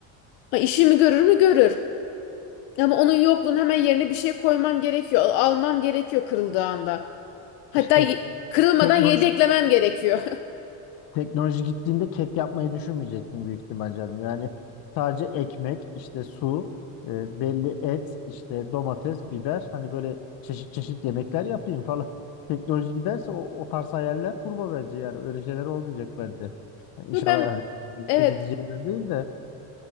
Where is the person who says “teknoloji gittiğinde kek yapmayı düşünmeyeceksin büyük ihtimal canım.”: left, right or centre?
Left